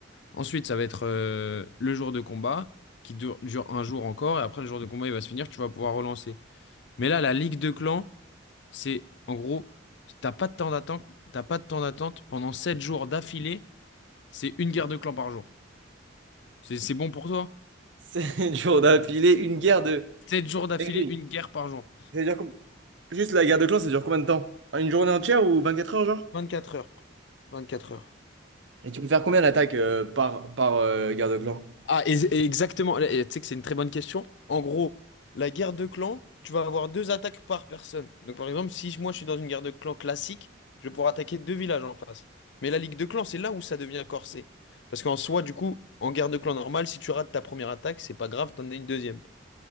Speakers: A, on the left; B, on the right.
A: Ensuite, ça va être euh, le jour de combat qui dure, dure un jour encore. Et après, le jour de combat, il va se finir. Tu vas pouvoir relancer. Mais là, la ligue de clans, c'est en gros, t'as pas de temps d'attente, t'as pas de temps d'attente pendant 7 jours d'affilée. C'est une guerre de clans par jour. C'est c'est bon pour toi?
B: C'est <laughs> dur d'appeler une guerre de.
A: 7 jours d'affilée,
B: Eh oui.
A: une guerre par jour.
B: Ça dure com- Juste la guerre de clans, ça dure combien de temps? Une journée entière ou 24 heures, genre?
A: 24 heures. 24 heures.
B: Et tu peux faire combien d'attaques euh, par, par euh, guerre de clan?
A: Ah, et, et exactement. Et Tu sais que c'est une très bonne question. En gros, la guerre de clan, tu vas avoir deux attaques par personne. Donc, par exemple, si moi je suis dans une guerre de clan classique, je vais pouvoir attaquer deux villages en face. Mais la ligue de clan, c'est là où ça devient corsé. Parce qu'en soi, du coup, en guerre de clan normale, si tu rates ta première attaque, c'est pas grave, t'en as une deuxième.